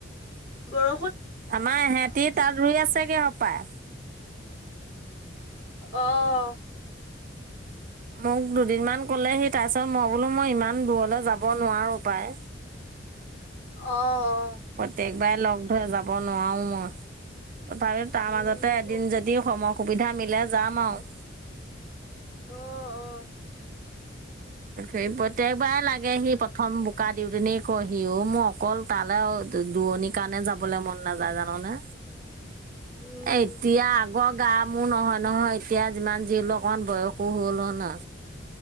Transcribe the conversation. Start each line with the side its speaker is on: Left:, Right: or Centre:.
Left: বৰ
Right: আমাৰ ইহঁতি তাত ৰুই আছেগে হপাই।
Left: অ'।
Right: <inaudible> মোক দুদিনমান ক'লে সি, তাৰপিছত মই বোলো মই ইমান দূৰলৈ যাব নোৱাৰো পায়।
Left: অ', অ।
Right: প্ৰত্যেকবাৰেই লগ ধৰে, যাব নোৱাৰো মই। তথাপি তাৰ
Left: উম
Right: মাজতে এদিন
Left: তো
Right: যদি সময় সুবিধা মিলে যাম আৰু।
Left: অহ, অহ।
Right: সেই প্ৰত্যেকবাৰেই লাগেহি প্ৰথম বোকা দিউতেনেই কয়হি অ, মোৰ অকল তালৈ দুৰণিৰ কাৰণেহে যাবলৈ মন নাযায় জান'। নে এতিয়া
Left: উম
Right: আ আগৰ গা মোৰ নহয় নহয়, এতিয়া যিমান হলেও অকমান বয়সো হ'ল ন।